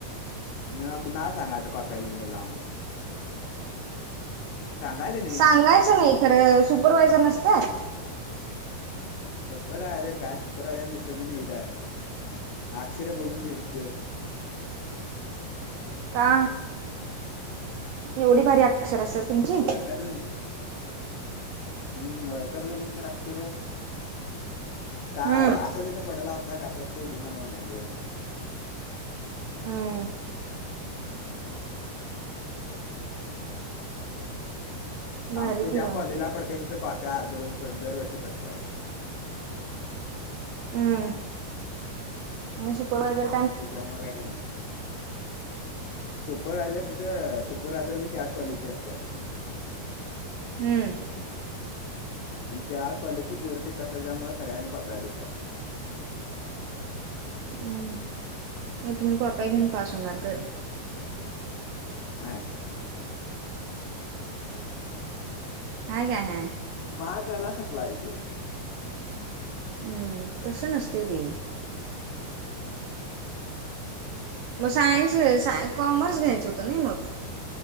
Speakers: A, on the left; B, on the right.
A: मग कुणाला सांगायच कॉप्या घेउन गेला म्हणून. सांगायचं नाही
B: सांगायचं नाही खरं. सुपरवा्हायझर नसत्यात.
A: सुपरवायझर काय. सुपरवायझर दिसत बीनाही इड. आक्षर बघून ती भेटते.
B: का? एवढी भारी आ क्षर असत्यात तुमची.
A: ओळखतच नाही. हम्म. ओळखत नाही तर अक्षर. का.
B: हम्म
A: असंच इथं पडला होता कागद. तो घेऊन आलो म्हणायचं.
B: हम्म् हम्म. भारी
A: आमचं
B: कि
A: ज्या
B: बा मग
A: कॉलेजला पडतय. तिथं कॉप्या दररोज दरवर्षी पडतात.
B: हम्म. म सुपरवाझर
A: तथ्हा काय टेन्शन <unintelligible> सुपररायझर तिथं सुपररायझर बी त्याच कॉलेजचे असत्यात.
B: हम्म.
A: आणि त्याच कॉलेजची पोरं तिथं असत्यात त्याच्यामुळ सगळ्यांसनी कॉप्या देतात.
B: हं. मग तुम्ही कॉप्या घेऊन पास होणार तर.
A: नाय.
B: ह काय ह.
A: पास झाला सपला विषय.
B: हम्म. तसं नसतयं ते. मग सायन्स साय कॉमर्स घ्यायचं होतं नई मग.